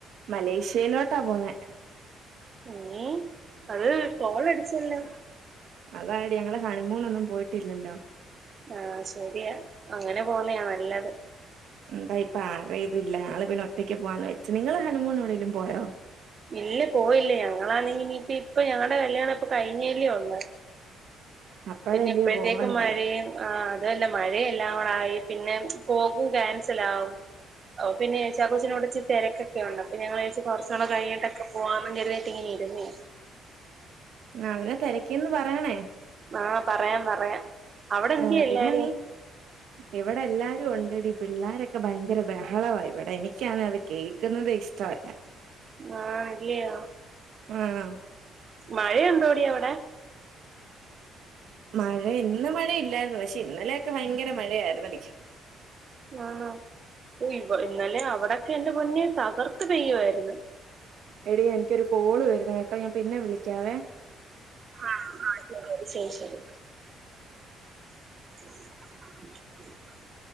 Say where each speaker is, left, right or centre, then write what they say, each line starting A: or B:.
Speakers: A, on the right; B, on the right.
A: മലേഷ്യയിലോട്ടാ പോന്നെ.
B: ഏഹ് അത് കോളടിച്ചല്ലോ
A: അതാടി ഞങ്ങള് ഹണിമൂണൊന്നും പോയിട്ടില്ലല്ലോ
B: ആഹ് ശരിയാ അങ്ങനെ പോവുന്നയാ നല്ലത്.
A: എന്താ ഇപ്പൊ ആര ഇതില്ല. ഞങ്ങള് പിന്നെ ഒറ്റയ്ക്ക് പോവാന്ന് വെച്ചു. നിങ്ങള് ഹണിമൂണ എവിടെലും പോയോ?
B: ഇല്ല പോയില്ലേ ഞങ്ങളാന്ന ഇനിപ്പ ഇപ്പ ഞങ്ങടെ കല്യാണം ഇപ്പ കഴിഞ്ഞല്ലേ ഒള്ള്
A: അപ്പഴല്ലയോ
B: പിന്നെ ഇപ്പഴത്തേക്കും
A: പോവണ്ടേ
B: മഴയും ആ അതുവല്ല മഴയെല്ലാം കൂടായി പിന്നെ പോക്കും ക്യാൻസലാവും ഓ പിന്നെ ചാ കൊച്ചിനോടിച്ചി തിരക്കക്കെ ഉണ്ട് അപ്പൊ ഞാ വി യാരിച്ചു കൊറച്ചൊക്കെ കഴിഞ്ഞെ ടക്കെ പോവാം <unintelligible> ട്ട് ഇങ്ങന ഇരുന്നേ.
A: അവരെ തെരക്കിന്ന് പറയണേ
B: ആഹ്. പറയാം പറയാം അവിടെ എന്തിയെ
A: ആഹ്.
B: എല്ലാരും
A: പിന്നെ നീ ഇവിടെ എല്ലാരും ഉണ്ടടി പിള്ളോരൊക്കെ ഭയങ്കര ബഹളവാ ഇവിടെ എനിക്ക് ക്ക്യാന്നെ അത് കേൾക്കുന്നതെ ഇഷ്ടവല്ല.
B: ആഹ് <unintelligible>
A: ആണോ
B: മഴയുണ്ടോടി യവിടെ
A: മഴ ഇന്ന് മഴയില്ലായിരുന്നു. പക്ഷെ ഇന്നലെയൊക്കെ ഭയങ്കര മഴയായിർന്നെടി.
B: ആണോ. ഇവ ഇന്നലെ അവിടൊക്കെ എന്റെ പൊന്നെ തകർത്ത് പെയ്യായിരുന്നു.
A: എടീ എനിക്കൊരു കോള് വരുന്നു കേട്ടോ ഞാൻ പിന്നെ വിളിക്കാവേ.
B: ആഹ ആ ശ ശരി ശരി. <unintelligible>